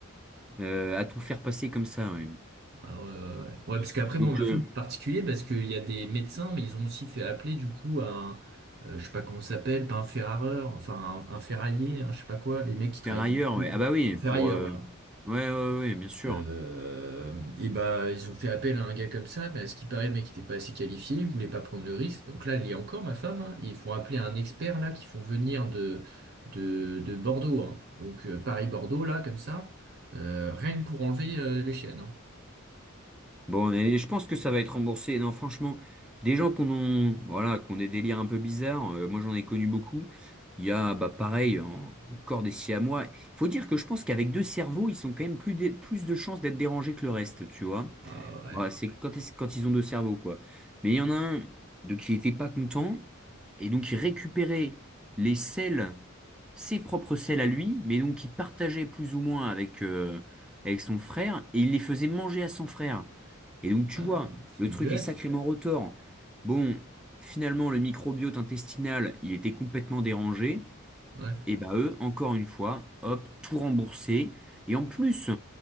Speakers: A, in the centre; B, on the right.
A: euh, à tout faire passer comme ça. ouais.
B: Ah ouais, ouais, ouais. Ouais, parce qu'après moi
A: Donc,
B: ma
A: euh,
B: femme c'est particulier parce qu'il y a des médecins, mais ils ont aussi fait appeler du coup à un, euh, je sais pas comment ça s'appelle, pas un ferrareur, enfin un, un ferrailler, hein, je sais pas quoi, les mecs qui
A: Faire
B: travaillent.
A: ailleurs,
B: dans les tôles.
A: ouais. Ah bah oui,
B: Un
A: pour...
B: ferrailleur,
A: euh,
B: voilà.
A: Ouais, ouais, ouais, ouais, bien sûr.
B: Euh, et bah ils ont fait appel à un gars comme ça, mais à ce qui paraît le mec était pas assez qualifié, il voulait pas prendre le risque. Donc là, il y a encore ma femme, hein, et ils font appeler un expert là qui font venir de de, de Bordeaux, hein. Donc euh, Paris-Bordeaux là comme ça, euh, rien que pour enlever euh, les chaînes. hein.
A: Bon, et je pense que ça va être remboursé. Non, franchement, des gens qu'on ont, voilà, qu'on des délires un peu bizarres, euh, moi j'en ai connu beaucoup. Il y a, bah pareil, hein, encore des siamois. Faut dire que je pense qu'avec deux cerveaux, ils sont quand même plus, dé- plus de chances d'être dérangés que le reste, tu vois.
B: Ah ouais,
A: Voilà, c'est quand, est- quand ils ont deux cerveaux, quoi. Mais il y en a un de qui était pas content, et donc il récupérait les selles ses propres selles à lui, mais donc qu'il partageait plus ou moins avec, euh, avec son frère, et il les faisait manger à son frère. Et donc tu
B: Ah,
A: vois,
B: c'est
A: le
B: dégueulasse.
A: truc est sacrément retors. Bon, finalement, le microbiote intestinal, il était complètement dérangé,
B: Ouais.
A: et bah eux, encore une fois, hop, tout remboursé. Et en plus,